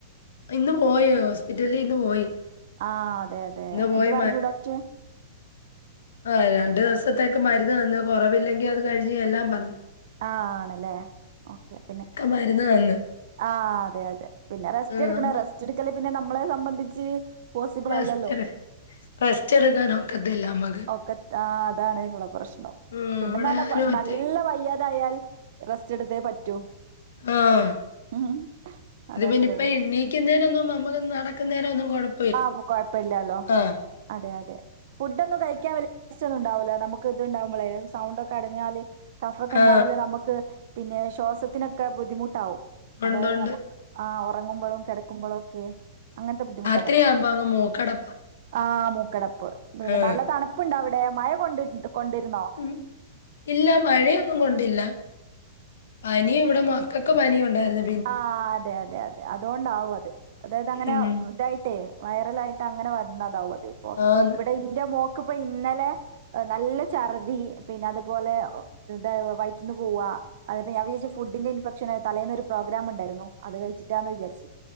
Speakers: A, on the left (about 70°); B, on the right (about 45°).
A: ഇന്ന് പോയോ ഹോസ്പിറ്റലീ ഇന്ന് പോയി.
B: ആഹ് അതെ അതെ
A: ഇന്ന് പോയി
B: എന്ത് പറഞ്ഞു ഡോക്ടറ്?
A: ആഹ് രണ്ടു ദെവസത്തേക്ക് മരുന്ന് തന്ന് കൊറവില്ലെങ്കീ അത് കഴിഞ്ഞ് ചെല്ലാം പറഞ്ഞ്.
B: ആഹ് ആണ്ലേ ഓക്കെ പിന്നെ
A: മരുന്ന് തന്ന്.
B: ആഹ് അതെ അതെ പിന്നെ റെസ്റ്റ്
A: ഉം
B: എടുക്കണ്
A: അമ്മ
B: റെസ്റ്റ് എടുക്കല് പിന്നെ നമ്മളെ സംബന്ധിച്ച് പോസിബിൾ
A: <unintelligible>
B: അല്ലല്ലോ
A: റെസ്റ്റെടുക്കാനൊക്കത്തില്ല അമ്മക്
B: എത് ആ അതാണ്ള്ള പ്രശ്നം
A: ഉം
B: പിന്നെന്നാർഞ്ഞ
A: ഇവിടെ ഞാനും
B: വ
A: ഒറ്റയ്ക്ക്
B: നല്ല വയ്യാതായാൽ റസ്റ്റ് എടുത്തേ പറ്റൂ
A: ആഹ്
B: ഉം
A: ഇത്
B: അതത്രേ
A: പിന്നെ ഇപ്പം
B: ഉള്ളൂ
A: എനി ക്ക് ന്നതിനൊന്നും നമ്മുക്ക് നടക്കുന്നതിനോന്നു കുഴപ്പമില്ല
B: ആഹ് കൊഴപ്പം ഇല്ലലോ,
A: ആ,
B: അതെ അതെ. ഫുഡ് ഒന്നും കഴിക്കാൻ വല്യ രസന്നുണ്ടാവില്ല നമുക്ക് ഇത്ണ്ടാവുമ്പോളേ സൗണ്ട് ഒക്കെ അടഞ്ഞാല് കഫം ഒക്കെ
A: ആ.
B: ഉണ്ടാവല്ല നമുക്ക് പിന്നെ ശ്വാസത്തിനൊക്കെ ബുദ്ധിമുട്ടാവും
A: ഉണ്ട്
B: അതായത്
A: ഉണ്ട്.
B: നമുക്ക് ആ ഉറങ്ങുമ്പോഴും കിടക്കുമ്പോഴും ഒക്കെ അങ്ങനത്തെ ബുദ്ധിമുട്ട്
A: ത്തിരി ആവുമ്പോ അങ്ങ് മൂക്കടപ്പാ
B: ആഹ് മൂക്കടപ്പ്,
A: ആ.
B: നല്ല തണുപ്പുണ്ടവിടെ മഴ കൊണ്ട് കൊണ്ടിരുന്നോ?
A: ഉം ഇല്ല മഴയൊന്നും കൊണ്ടില്ല, പനി
B: ആ
A: ഇവിടെ മക്കക്ക് പനിയുണ്ടായിരുന്നു,
B: ആഹ് അതെ അതെ അതെ അതോണ്ടാവു അത് അതായത് അങ്ങനെ
A: ഉം
B: ഇതായിട്ടേ, വൈറലായിട്ട് അങ്ങനെ വരുന്നതാവത് ഇപ്പോ
A: ആന്ന്
B: ഇവിടെ ഇന്റെ മോക്ക് ഇപ്പോ ഇന്നലെ, നല്ല ചർദ്ദി പിന്നെ അതുപോലെ എന്താ വയറ്റ്ന്ന് പോവാ അതപ്പ ഞാൻ വിജാച്ചു ഫുഡിന്റെ ഇൻഫെക്ഷനാ തലേന്ന് ഒരു പ്രോഗ്രാം ഉണ്ടായിരുന്നു അത് കഴിച്ചിട്ടാന്ന് വിചാരിച്